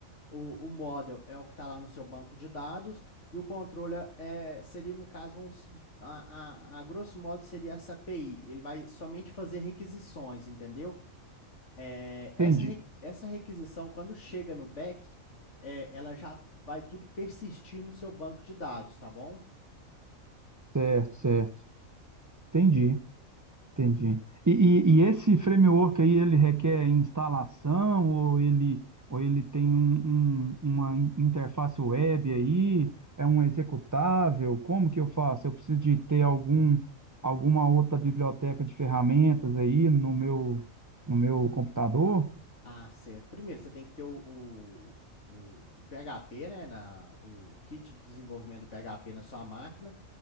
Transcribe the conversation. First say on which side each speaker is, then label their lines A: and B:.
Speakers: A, on the left; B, on the right.
A: o, o model é o que está lá no seu banco de dados e o controller é, seria, no caso, um, s- a, a, a grosso modo seria essa API. Ele vai somente fazer requisições, entendeu? É, essa,
B: Entendi.
A: re- essa requisição, quando chega no back, é, ela já vai tudo persistir no seu banco de dados, tá bom?
B: Certo, certo. Entendi. Entendi. E, e- e esse framework aí, ele requer instalação ou ele, ou ele tem um- um- uma in- interface web aí? É um executável? Como que eu faço? Eu preciso de ter algum, alguma outra biblioteca de ferramentas aí no meu, no meu computador?
A: Ah, certo. Primeiro, você tem que ter o, o, o, o PHP, né, na, o kit de desenvolvimento do PHP na sua máquina.